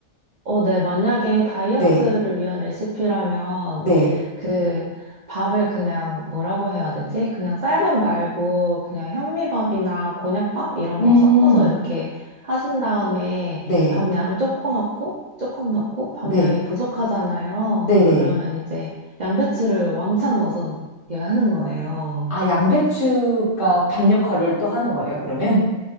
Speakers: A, on the right; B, on the left.
A: 어, 네. 만약에 다이어트를
B: 네,
A: 위한 레시피라면
B: 네,
A: 그 밥을 그냥 뭐라고 해야 되지? 그냥 쌀밥 말고 그냥 현미밥이나 곤약밥 이런
B: 음,
A: 거 섞어서 이렇게 하신 다음에
B: 네,
A: 밥 양을 조금 넣고 조금 넣고 밥
B: 네,
A: 양이 부족하잖아요.
B: 네네,
A: 그러면 이제 양배추를 왕창 넣어서 하는 거예요.
B: 아, 양배추가 밥 역할을 또 하는 거예요, 그러면?